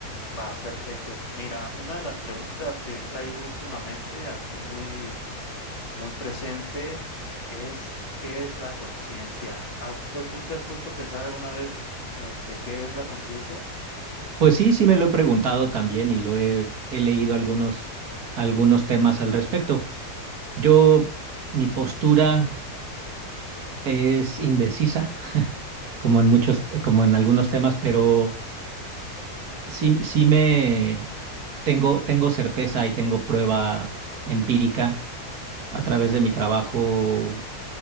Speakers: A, on the left (about 45°); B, on the right (about 70°).
A: va, perfecto. Mira, una de las preguntas que he traído últimamente, así muy, muy presente, es ¿qué es la conciencia? ¿Has- te- ¿Tú te has puesto a pensar alguna vez, este, qué es la conciencia?
B: Pues sí, sí me lo he preguntado también y lo he, he leído algunos, algunos temas al respecto. Yo, mi postura es indecisa,
A: Ok,
B: como en muchos, eh, como en algunos temas, pero sí, sí me tengo, tengo certeza y tengo prueba empírica a través de mi trabajo